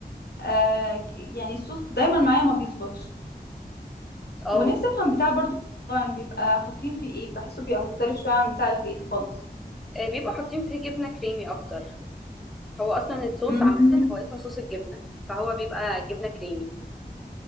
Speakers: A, on the left; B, in the centre.
A: آه، يعني الصوص دايما معايا ما بيظبطش
B: اه
A: ونفسي افهم بتاع برضو المطاعم بيبقى حاطين فيه ايه بحسه بيبقى مختلف شوية عن بتاع البيت خالص
B: آه، بيبقوا حاطين فيه جبنه كريمي اكتر هو اصلا الصوص
A: مم.
B: عامه هو اسمه صوص الجبنه فهو بيبقى جبنه كريمي